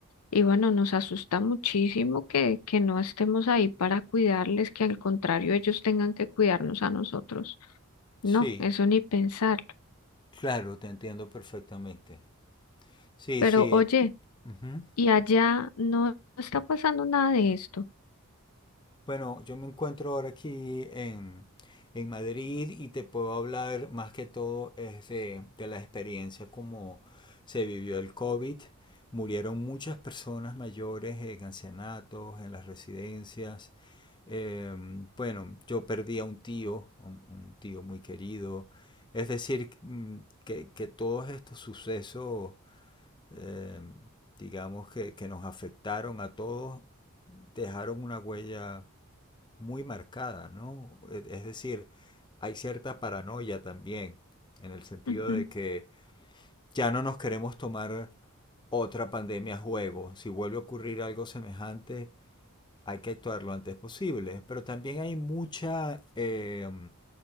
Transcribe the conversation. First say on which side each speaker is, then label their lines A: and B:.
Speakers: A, on the left; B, on the left.
A: y bueno, nos asusta muchísimo que, que no estemos ahí para cuidarles, que al contrario ellos tengan que cuidarnos a nosotros. No,
B: Sí,
A: eso ni pensarlo.
B: claro, te entiendo perfectamente. Sí,
A: Pero
B: sí,
A: oye.
B: enti- Ujú.
A: y allá no está pasando nada de esto.
B: Bueno, yo me encuentro ahora aquí en, en Madrid y te puedo hablar más que todo es de, de la experiencia como se vivió el COVID. Murieron muchas personas mayores en ancianatos, en las residencias. Eh, bueno, yo perdí a un tío, un, un tío muy querido. Es decir, mm, que, que todos estos sucesos, eh, digamos, que, que nos afectaron a todos, dejaron una huella muy marcada, ¿no? E, Es decir, hay cierta paranoia también, en el sentido
A: Ujú,
B: de que ya no nos queremos tomar otra pandemia a juego. Si vuelve a ocurrir algo semejante, hay que actuar lo antes posible. Pero también hay mucha eh,